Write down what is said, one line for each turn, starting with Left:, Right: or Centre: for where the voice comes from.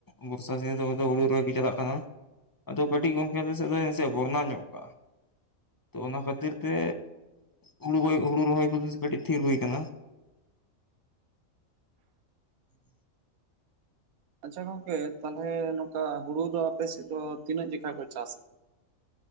Left: ᱵᱚᱨᱥᱟ ᱥᱤᱱ ᱫᱚ ᱫᱚ ᱦᱩᱲᱩ ᱨᱚᱦᱚᱭ ᱜᱮ ᱪᱟᱞᱟᱜ ᱠᱟᱱᱟ᱾ ᱟᱫᱚ ᱠᱟᱹᱴᱤᱡ ᱜᱚᱝᱠᱮ ᱟᱞᱮ ᱥᱮᱫ ᱫᱚ ᱵᱚᱨᱱᱟ ᱧᱚᱜ ᱠᱟᱜᱼᱟ᱾ ᱛᱚ ᱚᱱᱟ ᱠᱷᱟᱹᱛᱤᱨ ᱛᱮ ᱦᱩᱲᱩ ᱦᱩᱲᱩ ᱨᱚᱦᱚᱭ ᱠᱚᱫᱚ ᱠᱟᱹᱴᱤᱡ ᱛᱷᱤᱨ ᱦᱩᱭ ᱠᱟᱱᱟ᱾ ᱦ
Right: ᱟᱪᱪᱷᱟ ᱜᱚᱝᱠᱮ ᱛᱟᱦᱚᱞᱮ ᱱᱚᱝᱠᱟ ᱦᱩᱲᱩ ᱫᱚ ᱟᱯᱮ ᱥᱮᱫ ᱫᱚ ᱛᱤᱱᱟᱹᱜ ᱡᱮᱠᱷᱟ ᱠᱚ ᱪᱟᱥᱟ?